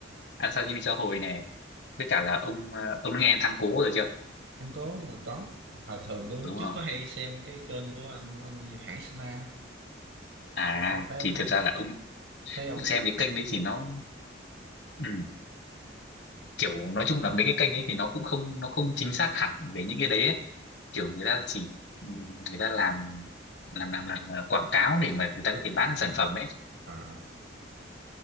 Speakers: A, on the left; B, on the right.
A: ăn sashimi cá hồi nè với cả là ông à, ông đã nghe thắng cố rồi chưa
B: anh cố đúng rồi có à, thường tôi
A: đúng
B: lúc trước
A: rồi
B: có hay xem cái kênh của anh ông như Hải Spa
A: à
B: à, thấy, thấy,
A: thì
B: thấy,
A: thật ra là ông
B: thấy ông
A: xem
B: cũng
A: cái
B: có
A: kênh
B: hay
A: đấy thì nó ừ, kiểu nói chung là mấy cái kênh ấy thì nó cũng không nó không chính xác hẳn về những cái đấy ấy. kiểu người ta chỉ ừ, người ta làm làm làm làm à, quảng cáo để mà người ta
B: để
A: có thể
B: kênh
A: bán được sản phẩm ấy
B: à,